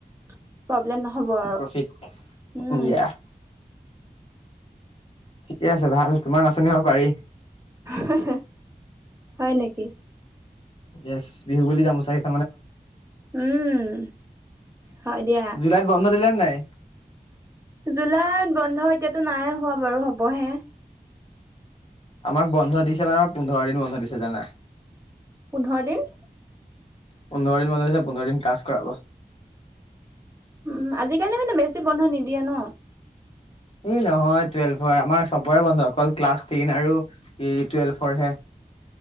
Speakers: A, on the right (about 20°); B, on the left (about 40°).
A: প্ৰব্লেম নহ'ব আৰু।
B: <inaudible> <unintelligible>
A: উম
B: ঠিকে আছে ভাল তোমাক নাচনি ল'ব পাৰি।
A: হহ, হয় নেকি?
B: য়েচ, বিহু বুলি গামোচা <unintelligible>
A: উম, হয় দিয়া।
B: জুলাইত বন্ধ দিলে নে নাই?
A: জুলাইত বন্ধ এতিয়াতো নাইয়ে হোৱা বাৰু হ'বহে।
B: আমাক বন্ধ দিছে মানে আমাৰ পোন্ধৰ দিন বন্ধ দিছে জানা।
A: পোন্ধৰ দিন।
B: পোন্ধৰ বন্ধ দিছে, পোন্ধৰ দিন ক্লাছ কৰাব।
A: উম। আজিকালি মানে বেছি বন্ধ নিদিয়ে ন?
B: এই নহয় টুৱেল্ভৰ আমাৰ চবৰে বন্ধুসকল ক্লাছ টেন আৰু এ টুৱেল্ভৰ হে।